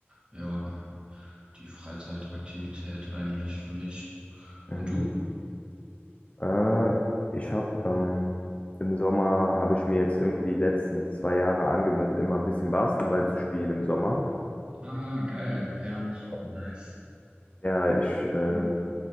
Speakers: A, on the right (about 25°); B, on the left (about 30°).
A: ja, die Freizeitaktivität eigentlich für mich.
B: Mhm.
A: Und du?
B: Äh, ich habe ähm, im Sommer habe ich mir jetzt irgendwie die letzten zwei Jahre angewöhnt, immer ein bisschen Basketball zu spielen im Sommer.
A: Ah, geil, ja,
B: Mhm.
A: nice.
B: Ja, ich, äh,
A: Cool.